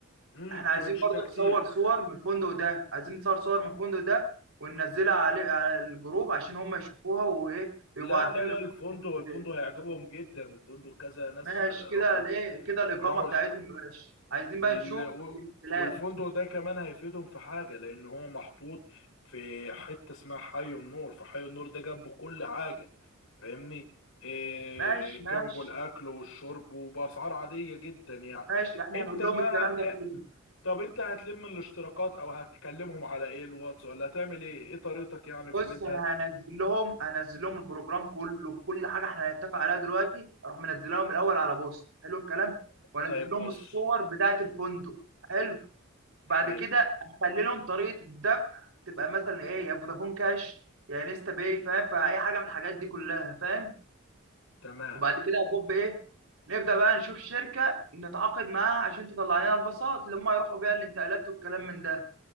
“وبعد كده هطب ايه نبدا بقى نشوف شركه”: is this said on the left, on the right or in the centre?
Right